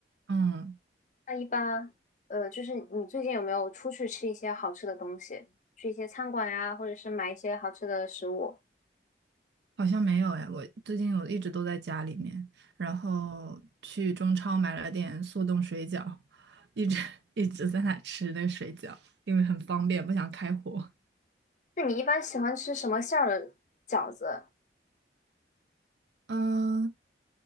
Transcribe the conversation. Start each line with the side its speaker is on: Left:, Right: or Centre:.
Right: 嗯，
Left: 那一般，呃，就是你最近有没有出去吃一些好吃的东西，去一些餐馆呀，或者是买一些好吃的食物？
Right: 好像没有哎，我最近我一直都在家里面，然后去中超买了点速冻水饺，一直 <laughs> 一直在那吃那个水饺，因为很方便，不想开火。
Left: 那你一般喜欢吃什么馅儿的饺子？
Right: 嗯、